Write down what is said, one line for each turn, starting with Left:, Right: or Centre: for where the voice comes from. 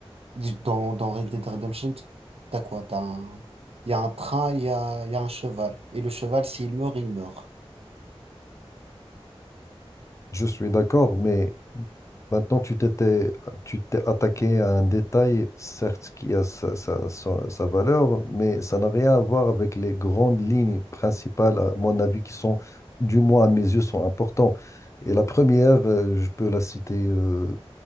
Right: Dans, dans Red Dead Redemption, t'as quoi? T'as un... Il y a un train, il y a, il y a un cheval. Et le cheval, s'il meurt, il meurt.
Left: Je suis d'accord, mais Maintenant, tu t'étais, tu t'es attaqué à un détail, certes, qui a sa, sa- sa- sa valeur, mais ça n'a rien à voir avec les grandes lignes principales, à mon avis, qui sont, du moins à mes yeux, sont importantes. Et la première, euh, je peux la citer euh,